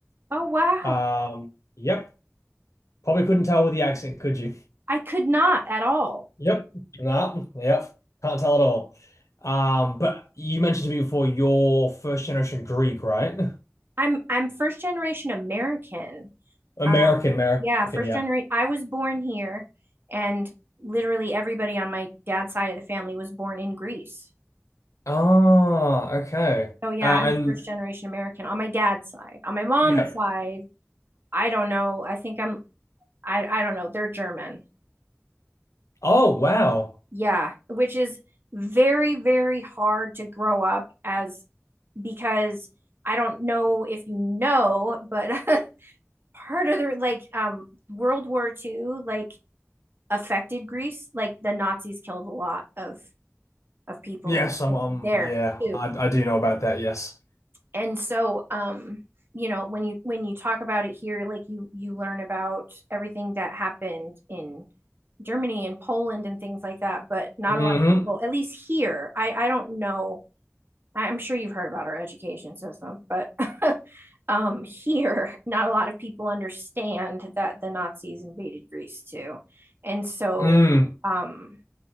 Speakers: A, on the right (about 45°); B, on the left (about 85°).
A: Oh wow.
B: Um, yep, probably couldn't tell with the accent, could you?
A: I could not at all.
B: Yep. Nah, yep. Can't tell at all. Um, but you mentioned to me before you're first generation Greek, right?
A: I'm I'm first generation American.
B: American,
A: Uh,
B: American,
A: yeah, first
B: yep.
A: generation. I was born here, and literally everybody on my dad's side of the family was born in Greece.
B: Ah, okay.
A: So yeah,
B: Uh,
A: I'm
B: and
A: first generation American on my dad's side. On my mom's
B: yeah.
A: side, I don't know. I think I'm I I don't know. They're German.
B: Oh, wow.
A: Yeah, which is very very hard to grow up as because I don't know if you know, but <laughs> part of the like um World War Two like affected Greece. Like the Nazis killed a lot of of people
B: Yes, I'm, um,
A: there
B: yeah,
A: too.
B: I, I do know about that, yes.
A: And so um you know when you when you talk about it here like you you learn about everything that happened in Germany and Poland and things like that, but not
B: hmm
A: a lot of people at least here. I I don't know I'm sure you've heard about our education system, but <laughs> um, here, not a lot of people understand that the Nazis invaded Greece too. And so,
B: Mm.
A: um,